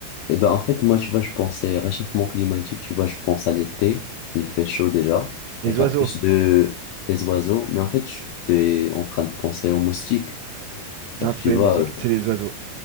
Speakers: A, on the left (about 80°); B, on the right (about 80°).
A: Eh ben, en fait, moi, tu vois, je pensais réchauffement climatique, tu vois, je pense à l'été, il fait chaud déjà,
B: Les
A: et t'as
B: oiseaux.
A: plus de, des oiseaux, mais en fait, je t'es en train de penser aux moustiques, parce
B: Non, c'est
A: que tu
B: pas
A: vois,
B: les moustiques,
A: euh,
B: c'est les oiseaux.